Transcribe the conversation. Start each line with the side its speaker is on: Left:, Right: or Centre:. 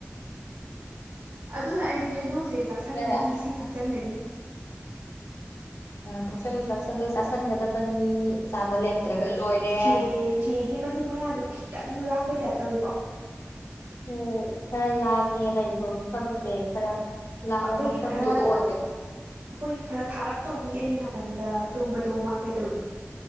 Right: ꯑꯗꯨꯅ ꯑꯩ ꯍꯩꯅꯧꯁꯦ ꯆꯥꯥꯁꯟꯒꯅꯤ
Left: ꯌꯥꯔꯦ
Right: ꯏꯁꯤꯡ ꯊꯛꯆꯟꯒꯅꯤ
Left: ꯑ ꯊꯛꯆꯜꯂꯨ ꯊꯧꯁꯜꯂꯨ ꯆꯥꯁꯤꯟꯒꯗꯕꯅꯤ ꯆꯥꯕ ꯂꯦꯞꯇ꯭ꯔꯒ ꯂꯣꯏꯔꯦ
Right: ꯆꯦ ꯆꯦꯒꯤ ꯃꯅꯤꯡ ꯃꯌꯥꯗꯨ ꯈꯤꯇꯪ ꯂꯥꯡꯕꯩ ꯇꯥꯏꯞ ꯇꯧꯏꯤꯀꯣ
Left: ꯎ ꯈꯔ ꯂꯥꯡꯉꯦꯅ ꯑꯩꯕ ꯑꯃꯨꯛꯇꯪ ꯁꯦ ꯈꯔ ꯂꯥꯡꯕ
Right: ꯑꯩꯈꯣꯏꯒꯤ
Left: ꯃꯐꯝꯗꯨ
Right: ꯈꯔ
Left: ꯑꯣꯏꯔꯦ
Right: ꯑꯩꯈꯣꯏꯒꯤ ꯈꯔ ꯊꯥꯔꯞ ꯇꯧꯕꯤ ꯑꯩꯒꯤ ꯅꯥꯀꯟꯗ ꯇꯨꯝꯕꯗꯣ ꯃꯥ ꯀꯩꯗꯧꯔꯤꯒꯦ